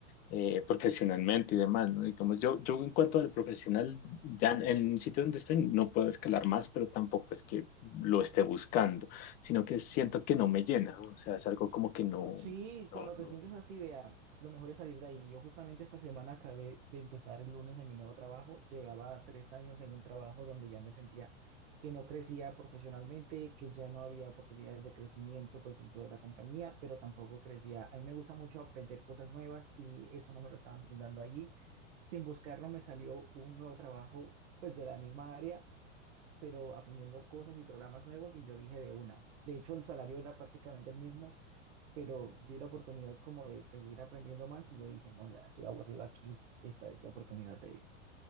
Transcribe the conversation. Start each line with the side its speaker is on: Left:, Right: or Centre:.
Left: eh, profesionalmente y demás, ¿no? Y como yo, yo en cuanto a lo profesional, ya en en el sitio donde estoy no puedo escalar más, pero tampoco es que lo esté buscando, sino que siento que no me llena, o sea, es algo como que no,
Right: Sí,
Left: no,
Right: cuando
Left: no
Right: te sientes así, vea, lo mejor es salir de ahí. Yo justamente esta semana acabé de empezar el lunes en mi nuevo trabajo. Llevaba tres años en un trabajo donde ya me sentía que no crecía profesionalmente, que ya no había oportunidades de crecimiento pues dentro de la compañía, pero tampoco crecía. A mí me gusta mucho aprender cosas nuevas y eso no me lo estaban brindando allí. Sin buscarlo me salió un nuevo trabajo pues de la misma área, pero aprendiendo cosas y programas nuevos y yo dije de una. De hecho, el salario era prácticamente el mismo pero vi la oportunidad como de seguir aprendiendo más y yo dije, no, ya estoy aburrido aquí, esta es la oportunidad de irme.